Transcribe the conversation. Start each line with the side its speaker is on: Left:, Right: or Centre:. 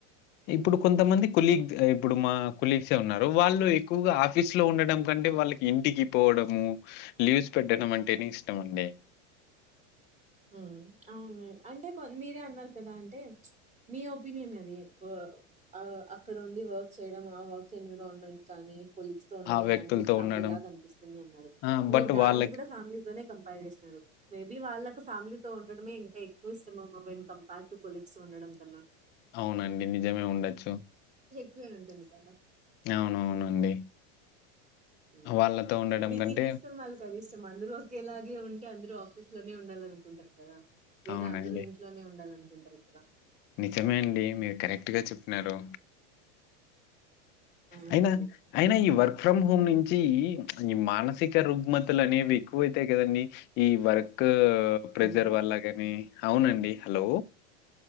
Left: ఇప్పుడు కొంతమంది కులీగ్ ఇప్పుడు మా కులీగ్స్ఏ ఉన్నారు వాళ్ళు ఎక్కువగా ఆఫీస్ లో ఉండడం కంటే వాళ్ళకి ఇంటికి పోవడము లీవ్స్ పెట్టడం అంటేనే ఇష్టం అండి
Right: మ్ అవును అంటే కొన్ మీరే అన్నారు కదా అంటే మీ ఒపీనియన్ అది వా ఆ అక్కడ ఉండి వర్క్ చేయడం ఆ వర్క్ ఎన్విరాన్మెంట్ కాని కొలీగ్స్ తో ఉండడం
Left: ఆ వ్యక్తులతో
Right: గానీ మీకు ఫ్యామిలీ
Left: ఉండడం
Right: లాగా అనిపిస్తుంది అన్నారు
Left: ఆ
Right: మీరు
Left: బట్
Right: దాన్ని
Left: వాళ్ళకి
Right: కూడా ఫ్యామిలీ తోనే కంపేర్ చేస్తున్నారు మేబీ వాళ్ళ ఫ్యామిలీతో ఉండడమే ఇంకా ఎక్కువ ఇష్టం. ఏమో వెన్ కంపర్ టు కొలీగ్స్ తో ఉండడం కన్నా.
Left: అవునండి నిజమే ఉండొచ్చు.
Right: క్కువే ఉంటుంది కదా!
Left: అవునవునండి
Right: ఉమ్
Left: వాళ్ళతో ఉండడం
Right: మీకిది
Left: కంటే
Right: ఇష్టం, వాళ్ళకి అది ఇష్ చం అందరూ ఒకే లాగే ఉంటే. అందరూ ఆఫీస్ లోనే ఉండాల. అనుకుంటరు కదా! లేదా
Left: అవునండి
Right: అందరూ ఇంట్లోనే ఉండాలన్ కుంటారు కదా.
Left: నిజమే అండి. మీరు కరెక్ట్ గా చెప్పినారు.
Right: అవునండి.
Left: అయినా అయినా ఈ వర్ ఫ్రమ్ హోమ్ నుంచి ఈ మానసిక రుగ్మతలు అనేవి ఎక్కువ అైతాయి కదండి. ఈ వర్క్ ప్రెజర్
Right: హలో
Left: వల్ల గాని. అవునండి. హలో!